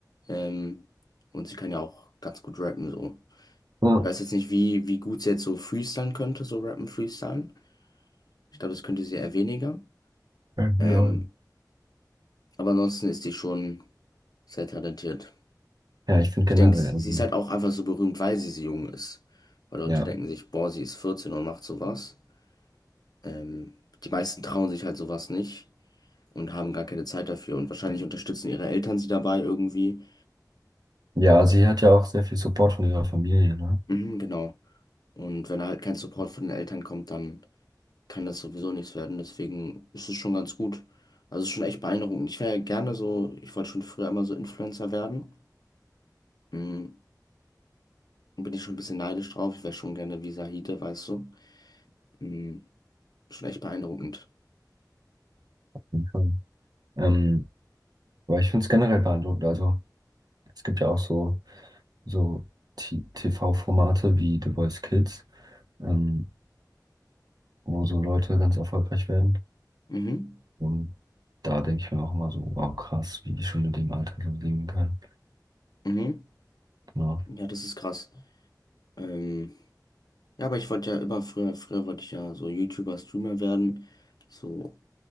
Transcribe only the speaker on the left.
Ähm, und sie kann ja auch ganz gut rappen, so.
Ich weiß jetzt nicht, wie, wie gut sie jetzt so freestylen könnte, so rappen, freestylen. Ich glaube, das könnte sie eher weniger.
Ähm, aber ansonsten ist die schon sehr talentiert.
Ich denke,
sie
ist halt auch einfach so berühmt, weil sie so jung ist. Weil Leute
denken sich, boah, sie ist 14 und macht sowas. Ähm, die meisten trauen sich halt sowas nicht. und haben gar keine Zeit dafür und wahrscheinlich unterstützen ihre Eltern sie dabei irgendwie.
Mhm, genau. Und wenn da halt kein Support von den Eltern kommt, dann kann das sowieso nichts werden. Deswegen ist es schon ganz gut. Also es ist schon echt beeindruckend. Ich wäre gerne so, ich wollte schon früher immer so Influencer werden. Mhm. Bin ich schon ein bisschen neidisch drauf. Ich wäre schon gerne wie Sahide, weißt du. Mhm. Schon echt beeindruckend.
Mhm.
Mhm.
Ja, das ist krass. Ähm, ja, aber ich wollte ja immer früher, früher wollte ich ja so YouTuber, Streamer werden. So